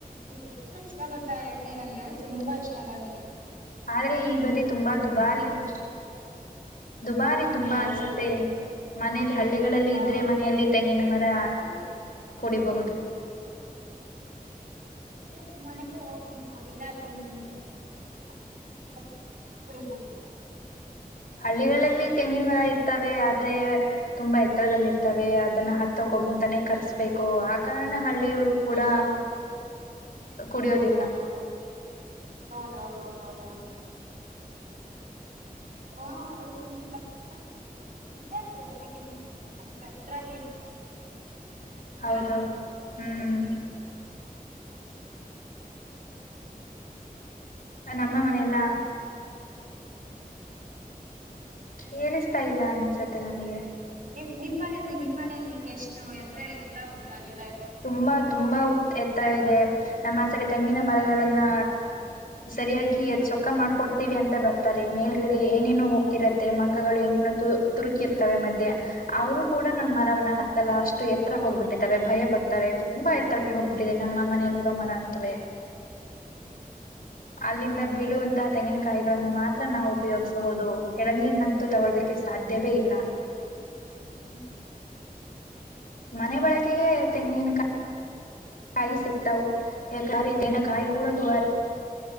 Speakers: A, on the right (about 65°); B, on the left (about 70°).
A: ಎಷ್ಟ ಇಷ್ಟ ಗೊತ್ತಾ ಎಳ್ನೀರು ಅಂದ್ರೆ ನಂಗೆ ತುಂಬಾ ಇಷ್ಟ ನನ್ಗೆ.
B: ಆದ್ರೆ ಈ ಬದಿ ತುಂಬಾ ದುಬಾರಿ
A: ತುಂಬಾ ಇಷ್ಟ
B: ದುಬಾರಿ
A: ಹ್ಮ್
B: ತುಂಬಾ
A: ಹೌದೌದೌದು
B: ಅನ್ಸುತ್ತೆ ಮನೇಲಿ ಹಳ್ಳಿಗಳಲ್ಲಿ
A: ಹಾ
B: ಇದ್ರೆ ಮನೆಯಲ್ಲಿ ತೆಂಗಿನ ಮರ
A: ಮನೆಗೆ
B: ಕುಡಿಬಹುದು.
A: ತ್ತೆ ನಿಮ್ ಮನೆಯಿಂದ <unintelligible> ತೆಂಗಿನ <unintelligible> ಕುಡಿಬೋದು.
B: ಹಳ್ಳಿಗಳಲ್ಲಿ ತೆಂಗಿನ ಮರ ಇರ್ತವೆ ಆದ್ರೆ ತುಂಬಾ ಎತ್ತರದಲ್ಲಿ ಇರ್ತವೆ ಅದನ್ನ ಹತ್ತೊಕೊಂಗ್ತನ ಕರ್ಸ್ಬೇಕು ಆ ಕಾರಣ ಹಳ್ಳಿ ಅವ್ರು
A: ಹ್ಮ್
B: ಕೂಡ. ಕುಡಿಯೋದಿಲ್ಲ
A: ಹೌದೌದೌದು ಹೌದೌದೌದೌದೌದು. <unintelligible>
B: ಹೌದು
A: ಆರಾಮಾಗ
B: ಹ್ಮ್. ಅ ನಮ್ಮ ಮನೆಯಲ್ಲ. ಕೇಳಿಸ್ತಾ ಇಲ್ಲ ಅನ್ಸತ್ತೆ ನನ್ಗೆ.
A: ನಿಮ್ ನಿಮ್ಮನೇಲಿ ನಿಮ್ಮ ಮನೇಲಿ ನಿಮ್ ಎಷ್ಟು ಎಕ್ರೆ ಇರುತ್ತಾ ಉದಾ ಇದೆ.
B: ತುಂಬಾ ತುಂಬಾ ಉತ್ ಎತ್ರ ಇದೆ ನಮ್ಮ ಸರಿ ತೆಂಗಿನ ಮರಗಳನ್ನ. ಸರಿಯಾಗಿ ಎ ಚೊಕ್ಕ ಮಾಡ್ಕೊಡ್ತೀವಿ ಅಂತ ಬರ್ತಾರೆ ಮೇಲ್ಗಡೆ ಏನೇನು ಹೋಗ್ತಿರತ್ ತ್ತೆ ಮಂಗಗಳು ಏನೇನೋ ತುರುಕಿರ್ತವೆ ಮಧ್ಯೆ ಅವ್ರು ಕೂಡ ನಮ್ಮ್ ಮರವನ್ನ ಹತ್ತಲ್ಲ ಅಷ್ಟು ಎತ್ತತ್ರ ಹೋಗ್ಬಿಟ್ಟಿದಾವೆ ಭಯ ಪಡುತ್ ರೆ ತುಂಬಾ ಎತ್ತರಕ್ಕೆ ಹೋಗ್ಬಿಟ್ಟಿದೆ ನಮ್ಮ ಮನೆಯಲ್ಲಿ ಇರೋ ಮರ ಅಂತುವೆ. ಅಲ್ಲಿಂದ ಬಿಳುವಂ ಇಂತಹ ತೆಂಗಿನಕಾಯಿಗಳನ್ನು ಮಾತ್ರ ನಾವು ಉಪಯೋಗಿಸಬೊದು ಎಳನೀರ್ ನಂತ್. ತು ತಗೊಳ್ಳದಕ್ಕೆ ಸಾಧ್ಯವೇ ಇಲ್ಲ. <unintelligible>
A: ಹ್ಮ
B: ಮನೆ ಬಳಕೆಗೆ ತೆಂಗಿನಕಾಯಿ ಸಿಕ್ತವ್ ತರ್ಕಾರಿ ತೆಂಗಿನ ಕಾಯಿ ಕೂಡ ದುಬಾರಿ